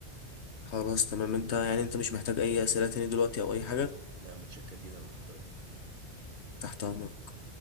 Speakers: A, on the left; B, on the right.
A: خلاص تمام أنت يعني أنت مش محتاج أي أسئلة تاني دلوقتي أو أي حاجة
B: لا متشكر جدا لحضرتك
A: تحت أمرك